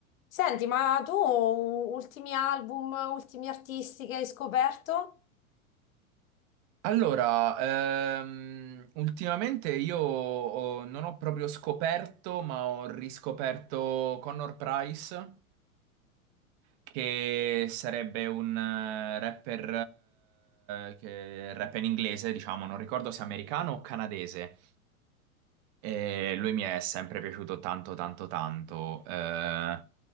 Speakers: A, on the left; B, on the right.
A: Senti, ma tu ultimi album, ultimi artisti che hai scoperto?
B: Allora, ehm, ultimamente io ho- non ho proprio scoperto, ma ho riscoperto Connor Price, che sarebbe un eh, rapper eh, che rappa in inglese, diciamo, non ricordo se americano o canadese. E lui mi è sempre piaciuto tanto, tanto, tanto. Eh,